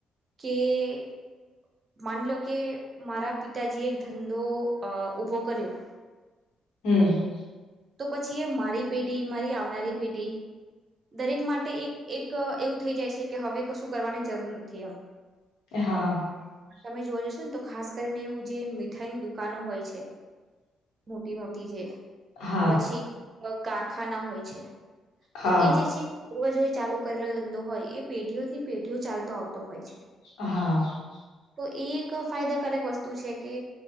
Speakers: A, on the right (about 40°); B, on the left (about 85°).
A: <inaudible> માન લો કે મારા પિતાજીએ એક ધંધો ઉઊભો કર્યો.
B: <inaudible>
A: તો પછી એ મારી પેઢી મારી આવનારી પેઢી દરેક માટે એક એક એવું થઈ જાય છે કે હવે કશું કરવાની જરૂર નથી એમ.
B: <inaudible>
A: તમે જોવા જશો ને તો ખાસ કરીને એવું જે મીઠાઈની દુકાનો હોય છે. મોટી મોટી છે
B: હા
A: પછી કારખાના હોય છે
B: હા
A: તો એ જે છે. જોવા જોઈ ચાલુ કરેલો ધંધો હોય એ પેઢીઓ ની પેઢીઓ ચાલતો આવતો હોય છે.
B: <inaudible>
A: તો એ એક ફાયદાકારક વસ્તુ છે કે